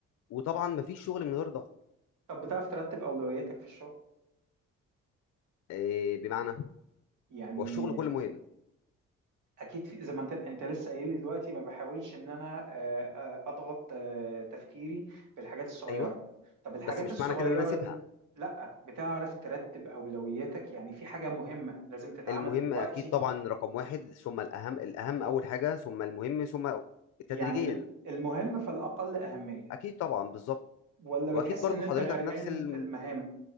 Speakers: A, on the left; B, on the right.
A: وطبعا ما فيش شغل من غير ضغط
B: طب بتعرف ترتب اولوياتك في الشغل
A: إيه، بمعنى
B: يعني
A: هو الشغل كله مهم
B: اكيد في زي ما انت انت لسه قايل لي دلوقتي ما بحاولش ان انا آه، آه، اضغط آه، تفكيري بالحاجات الصغيره
A: ايوه
B: طب
A: بس
B: الحاجات
A: مش
B: الصغيره
A: معنى كده ان انا اسيبها
B: دي لا بتعرف ترتب اولوياتك يعني في حاجه مهمه لازم تتعمل
A: المهم
B: دلوقتي
A: اكيد طبعا رقم واحد ثم الاهم الاهم اول حاجه ثم المهم ثم تدريجيا
B: يعني المهم فالاقل اهميه
A: اكيد طبعا بالظبط
B: ولا
A: واكيد
B: بتحس
A: برضو
B: ان
A: حضرتك
B: انت غرقان
A: نفس ال...
B: في المهام